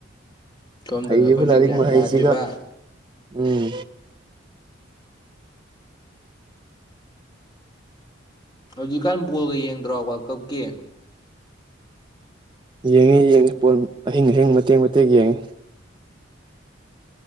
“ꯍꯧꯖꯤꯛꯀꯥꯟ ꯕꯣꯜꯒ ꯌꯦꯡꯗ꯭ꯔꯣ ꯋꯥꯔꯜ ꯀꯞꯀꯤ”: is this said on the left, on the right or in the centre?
Left